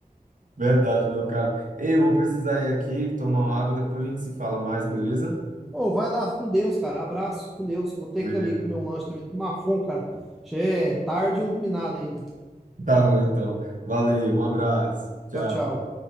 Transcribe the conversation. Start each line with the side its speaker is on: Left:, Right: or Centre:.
Right: Verdade, meu caro. Eu vou precisar ir aqui tomar uma água, depois a gente se fala mais, beleza?
Centre: Ô, vai lá, com Deus, cara. Abraço, com Deus. Vou ter
Right: Beleza.
Centre: que ir ali comer um lanche também. Tô na fome, cara. Já é tarde e não comi nada ainda.
Right: Tá bom, então. Valeu, um abraço. Tchau.
Centre: Tchau, tchau.